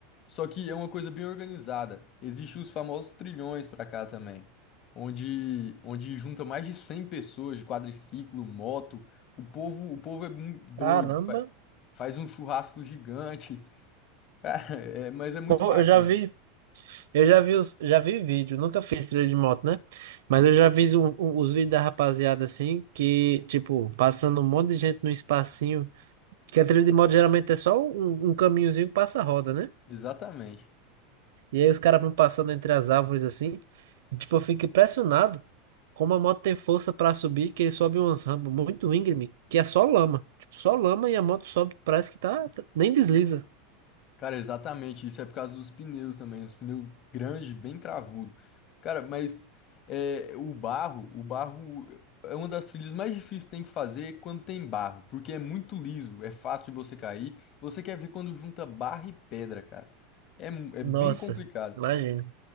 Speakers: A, on the left; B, on the right.
A: Só que é uma coisa bem organizada. Existem os famosos trilhões pra cá também, onde onde junta mais de 100 pessoas de quadriciclo, moto. O povo, o povo é mu- doido,
B: Caramba.
A: fa- faz um churrasco gigante. <laughs> Cara, é- mas é muito
B: Pô,
A: bacana.
B: eu já vi. Eu já vi, os, já vi vídeo, nunca fiz trilha de moto, né? Mas eu já vi o- o- os vídeos da rapaziada assim, que, tipo, passando um monte de gente num espacinho. Que a trilha de moto geralmente é só um, um caminhozinho que passa a roda, né?
A: Exatamente.
B: E aí os caras vão passando entre as árvores assim. E, tipo, eu fico impressionado como a moto tem força pra subir, que ele sobe umas rampas muito íngreme, que é só lama. Tipo, só lama e a moto sobe, parece que tá, tá- nem desliza.
A: Cara, exatamente. Isso é por causa dos pneus também. Os pneus grandes, bem cravudo. Cara, mas é, o barro, o barro é uma das trilhas mais difíceis que tem que fazer quando tem barro, porque é muito liso, é fácil de você cair. Você quer ver quando junta barro e pedra, cara. É, mu- é bem
B: Nossa,
A: complicado.
B: imagina.